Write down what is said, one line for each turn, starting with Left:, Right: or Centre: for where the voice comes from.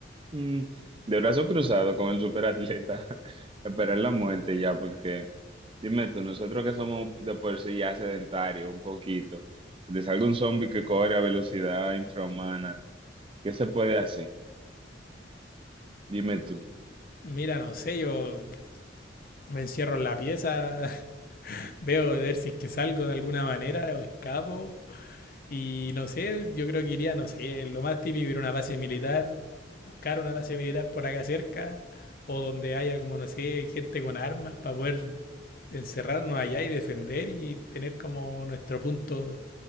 Right: Mm, De brazo cruzado con el superatleta, <laughs> esperar la muerte ya, porque dime tú, nosotros que somos de por sí ya sedentarios un poquito, que te salga un zombie que corre a velocidad infrahumana, ¿qué se puede hacer? Dime tú,
Left: Mira, no sé, yo me encierro en la pieza Veo de ver si es que salgo de alguna manera o escapo. Y no sé, yo creo que iría, no sé, lo más típico ir a una base militar, buscar una base militar por acá cerca, o donde haya como, no sé, gente con armas para poder encerrarnos allá y defender y tener como nuestro punto,